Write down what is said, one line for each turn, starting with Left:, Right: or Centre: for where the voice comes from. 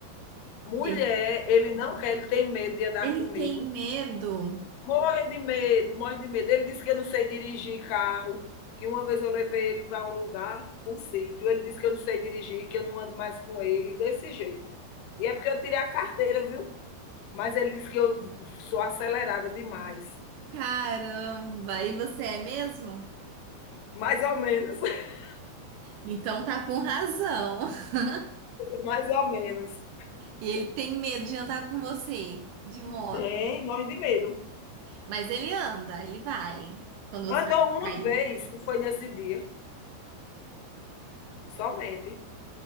Left: Mulher,
Right: Ele,
Left: ele não quer, ele tem medo de andar
Right: ele
Left: comigo.
Right: tem medo.
Left: Morre de medo, morre de medo. Ele disse que eu não sei dirigir carro, que uma vez eu levei ele para um lugar, um sítio. Ele disse que eu não sei dirigir, que eu não ando mais com ele, desse jeito. E é porque eu tirei a carteira, viu? Mas ele disse que eu sou acelerada demais.
Right: Caramba, e você é mesmo?
Left: Mais ou menos, <laughs>
Right: Então tá com razão. <laughs>
Left: mais ou menos.
Right: E ele tem medo de andar com você de moto.
Left: Tem, morre de medo.
Right: Mas ele anda, ele vai. Quando você
Left: Andou
Right: vai buscar
Left: uma
Right: ele.
Left: vez e foi nesse dia, somente.